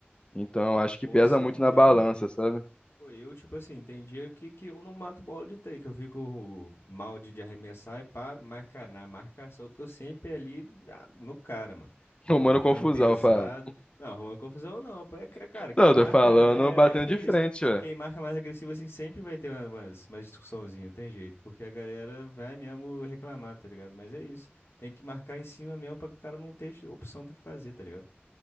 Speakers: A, on the left; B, on the left.
A: Não,
B: Então, acho que
A: com
B: pesa
A: certeza.
B: muito na balança, sabe?
A: Pô, eu, tipo assim, tem dia que, que eu não mato bola de três, que eu fico uh, mal de, de arremessar e pá, mas, cara, na marcação eu tô sempre ali ah, no cara, mano.
B: <laughs> Tomando
A: Marcando
B: confusão,
A: pesado.
B: fala.
A: Não, arruma confusão não. pô, É, que, cara, quem
B: Não, eu
A: marca.
B: tô falando
A: É,
B: batendo
A: é porque
B: de
A: é isso.
B: frente, ué.
A: Quem marca mais agressivo assim sempre vai ter uma- umas, umas discussãozinha, não tem jeito. Porque a galera vai mesmo reclamar, tá ligado? Mas é isso. Tem que marcar em cima mesmo pra que o cara não ter opção do que fazer, tá ligado?